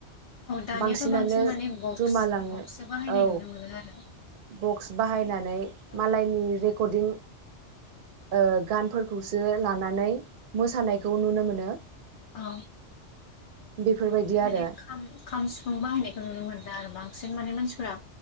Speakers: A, on the left; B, on the right.
A: औ दानियाथ'
B: बांसिनानो
A: बांसिन माने बक्स
B: गोमालाङो
A: बक्ससो बाहायनाय
B: औ
A: नुनो मोनो आरो।
B: बक्स
A: माने
B: बाहायनानै
A: औ
B: मालायनि रिकर्दिं ओ गानफोर खौसो लानानै मोसानायखौ नुनो मोनो।
A: औ।
B: बेफोरबायदि
A: बांद्राय माने
B: आरो।
A: खाम खाम सिफुं बाहायनायखौ नुनो मोनला आरो बांसिन माने मानसिफोरा